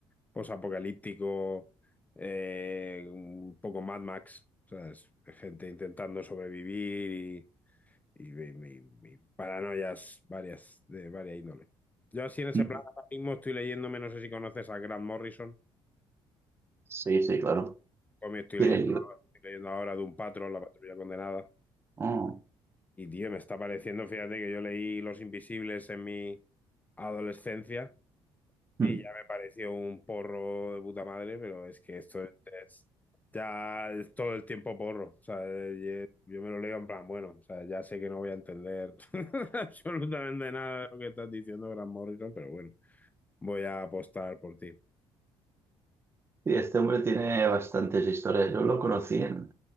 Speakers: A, on the left; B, on the right.
A: posapocalíptico, eh, un poco Mad Max, ¿sabes? Gente intentando sobrevivir y mi, mi- mi paranoias varias, de varias índole. Yo así en ese
B: Mm.
A: plan ahora mismo estoy leyéndome, no sé si conoces a Grant Morrison,
B: Sí, sí, claro.
A: o me estoy
B: Tiene
A: leyendo,
B: libro.
A: estoy leyendo ahora de un patrón, La Patrulla Condenada.
B: Oh.
A: Y tío, me está pareciendo, fíjate que yo leí Los Invisibles en mi adolescencia Y
B: Mm.
A: ya me pareció un porro de puta madre, pero es que esto es, ya es todo el tiempo porro. O sea, eh, ye- yo me lo leo en plan, bueno, o sea, ya sé que no voy a entender <laughs> absolutamente nada de lo que estás diciendo, Grant Morrison, pero bueno, voy a apostar por ti.
B: Sí, este hombre tiene bastantes historias. Yo lo conocí en...